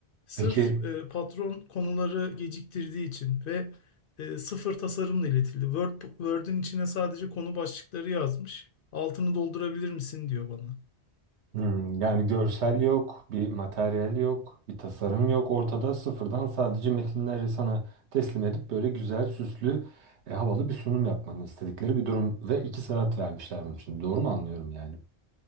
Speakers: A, on the left (about 60°); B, on the right (about 75°).
A: Sırf
B: Peki
A: e, patron konuları geciktirdiği için ve e, sıfır tasarımla iletildi. Word, Word'ün içine sadece konu başlıkları yazmış. Altını doldurabilir misin diyor bana.
B: hmm, yani görsel yok, bir materyal yok, bir tasarım yok ortada sıfırdan sadece metinleri sana teslim edip böyle güzel, süslü, e, havalı bir sunum yapmanı istedikleri bir durum ve iki saat vermişler bunun için. Doğru mu anlıyorum yani?